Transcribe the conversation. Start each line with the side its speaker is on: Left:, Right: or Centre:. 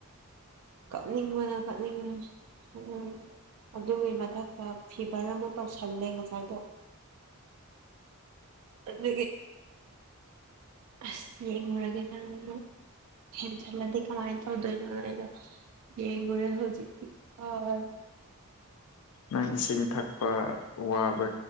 Right: ꯀꯞꯅꯤꯡꯕꯅ- ꯀꯞꯅꯤꯡꯕꯅ ꯎꯝ ꯑꯗꯨꯒꯤ ꯃꯊꯛꯇ ꯐꯤꯚꯔ ꯑꯃꯨꯛ ꯇꯧꯁꯜꯂꯦ ꯉꯁꯥꯏꯗꯣ ꯑꯗꯒꯤ ꯑꯁ ꯌꯦꯡꯂꯨꯔꯒꯦꯗ ꯍꯥꯏꯅ ꯍꯦꯟꯖꯜꯂꯗꯤ ꯀꯃꯥꯏ ꯇꯧꯗꯣꯏꯅꯣꯅ ꯑꯩꯗꯣ ꯌꯦꯡꯉꯨꯔꯦ ꯍꯧꯖꯤꯛꯇꯤ ꯐꯔꯦ
Left: ꯅꯪ ꯏꯁꯤꯡ ꯊꯛꯄ ꯋꯥꯕ